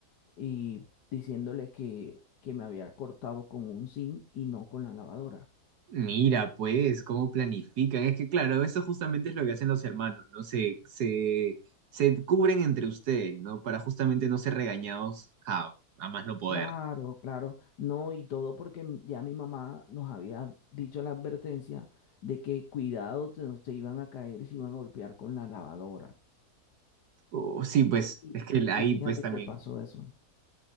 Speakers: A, on the left; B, on the right.
A: y diciéndole que, que me había cortado con un zinc y no con la lavadora.
B: Mira, pues, cómo planifican. Es que, claro, eso justamente es lo que hacen los hermanos, ¿no? Se, se, se cubren entre ustedes, ¿no? Para justamente no ser regañados a, a más no poder,
A: Claro,
B: ¿no?
A: claro, no, y todo porque m- ya mi mamá nos había dicho la advertencia de que cuidado, se, nos- se iban a caer y se iban a golpear con la lavadora.
B: O- sí, pues,
A: Y,
B: es que ahí,
A: y fíjate
B: pues, también,
A: qué pasó eso.